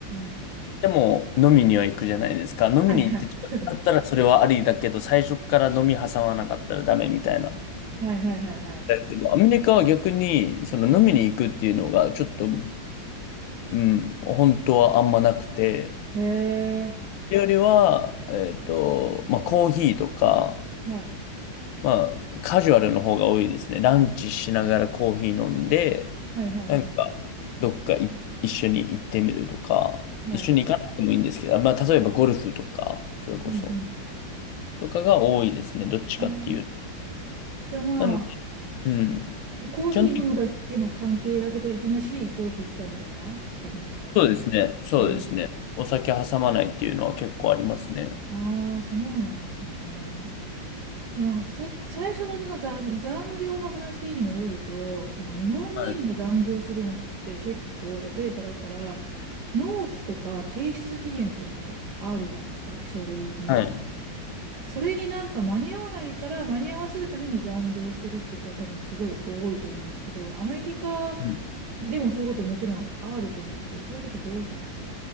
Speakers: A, on the right; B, on the left.
A: ん。
B: でも、飲みには行くじゃないですか。飲みに行って近くなったらそれはありだけど、
A: はい、はい。<laughs>
B: 最初から飲み挟まなかったらダメみたいな。
A: はい、はい、はい、はい。
B: だけど、アメリカは逆に、その飲みに行くっていうのが、ちょっと、うん、本当はあんまなくて、
A: へえ
B: よりは、えっと、まあ、コーヒーとか、
A: はい、
B: まあ、カジュアルの方が多いですね。ランチしながらコーヒー飲んで、
A: はい、はい、
B: なんか
A: はいはい。
B: どっかい一緒に行ってみるとか、
A: はい
B: 一緒に行かなくてもいいんですけど、まあ、例えばゴルフとか、それこそ、
A: うんうん。
B: とかが多いですね。どっちかっていうと。
A: あーじゃあまあ、
B: なんで、うん。
A: コーヒー飲むだけの関係だけど、
B: 基本的に
A: いきなしゴルフ行っちゃうみたいな感じなんですか、じゃあ。
B: そうですね。そうですね。
A: ええ。
B: お酒挟まないっていうのは結構ありますね。
A: ああ、そうなんですね。でもなんかさ、さ最初のその残、残業の話に戻ると、その日本人が残業するのって結構、
B: はい。
A: 例えばだから、納期とか提出期限っていうのがあるじゃないですか、書類の。
B: はい。
A: それになんか間に合わないから間に合わせるために残業してるって人は多分すごい多いと思うんですけど、アメリカ
B: うん。
A: でもそういうこともちろんあると思うんですけど、そういう時どうするんですか